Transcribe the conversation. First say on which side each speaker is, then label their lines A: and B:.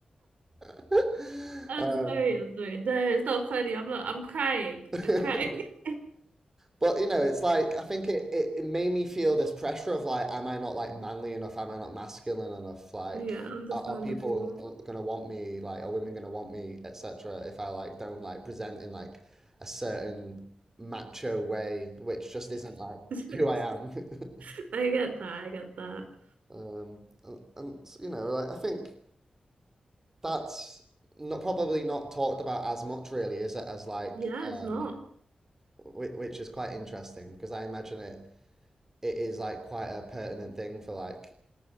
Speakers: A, on the right; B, on the right.
A: <laughs>
B: I'm
A: Um,
B: sorry, I'm sorry. No, it's not funny. I'm not I'm crying.
A: <laughs>
B: I'm crying. <laughs>
A: But you know, it's like I think it, it, it made me feel this pressure of like, am I not like manly enough? Am I not masculine enough? Like,
B: Yeah, understandable.
A: are, are people gonna want me? Like, are women gonna want me, etc. If I like don't like present in like a certain macho way, which just isn't like
B: <laughs>
A: who I am. <laughs>
B: I get that, I get that.
A: Um, and, and you know, like I think that's not probably not talked about as much, really, is it? As like,
B: Yeah,
A: um,
B: it's not.
A: which, which is quite interesting because I imagine it it is like quite a pertinent thing for like